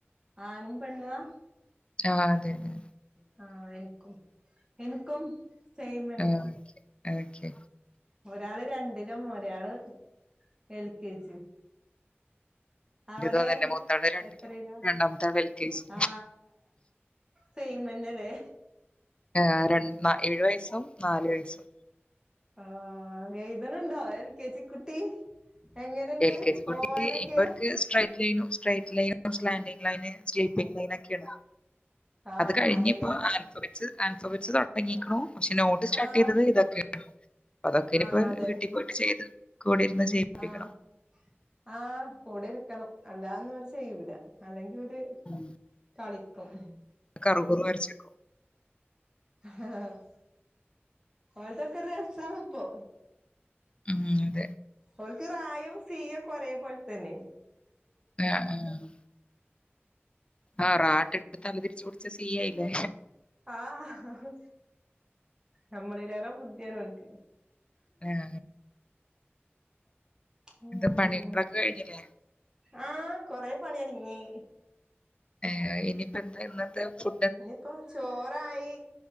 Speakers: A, on the right; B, on the left.
A: ആണും പെണ്ണുവാ
B: ആഹ് അതെന്നെ
A: ആഹ് എനിക്കും എനിക്കും സെയിമന്നേ
B: ആ, ഓക്കെ, ഓക്കെ.
A: ഒരാള് രണ്ടിലും ഒരാള് എൽ കെ ജിയും അവിടെ
B: എന്റേതോ തന്നെ മൂത്താള് രണ്ടിലും
A: എത്രയിലാ
B: രണ്ടാമത്തെ ആള് എൽ കെ ജി
A: ആ സെയിമന്നല്ലേ
B: ആഹ് ഏഴു വയസ്സും നാല് വയസ്സും
A: ആഹ് എയ്തണുണ്ടോ എൽ കെ ജി കു ട്ടി എങ്ങനുണ്ട്
B: എൽ കെ ജി
A: പോവാനൊക്കെ
B: കുട്ടി ഇപ്പൊ അവർക്ക് സ്ട്രൈറ്റ് ലൈനു സ്ട്രേറ്റ് ലൈനും സ്റ്റാൻഡിംഗ് ലൈന് സ്ലീപ്പിംഗ് ലൈന് ഒക്കെയിടാം
A: ആഹ്
B: അത് കഴിഞ്ഞ
A: അതന്നെ
B: ഇപ്പോ ആൽഫബെറ്റ്സ് ആൽഫോബെറ്റ്സ് തുടങ്ങയിക്കണു പക്ഷെ നോട്ട് സ്റ്റാർട്ട്
A: ആഹ്
B: ചെയ്തത് ഇതൊക്കെയാണ് അതൊക്കെ ഇനിയിപ്പോ
A: ആഹ് അതന്നെ
B: വീട്ടിൽ പോയിട്ട് ചെയ്ത് കൂടിരുന്ന് ചെയ്യിപ്പിക്കണം
A: ആഹ് ആഹ് കൂടെ ഇരിക്കണം അല്ലാതൊന്നും ഇവര് ചെയ്യൂല അല്ലെങ്കി ഇവര്
B: ഉം
A: കളിക്കും
B: കറുകുറു വരച്ചേക്കും
A: ആഹ് ഓൽതൊക്കെ രസാണിപ്പോ
B: ഉം, അതെ
A: ഓൽക്ക് റായും സീയൊക്ക ഒരേ പോൽ തന്നെ
B: ആഹ് ആഹ് ആഹ് റാക്കയിട്ട് തല തിരിച്ചു കൊടു ച്ച സി ആയില്ലേ
A: ആഹ് നമ്മളിലേറെ ബുദ്ധിയാണോൽക്ക്
B: ആഹ്
A: ഉം
B: അവിട്ത്തെ പണികളൊക്കെ കഴിഞ്ഞില്ലേ
A: ആഹ് കൊറേ പണിയൊരുങ്ങി
B: ആഹ് ഇനിയിപ്പൊന്താ ഇന്നത്തെ ചു
A: ഇനിയിപ്പോ ചോറായി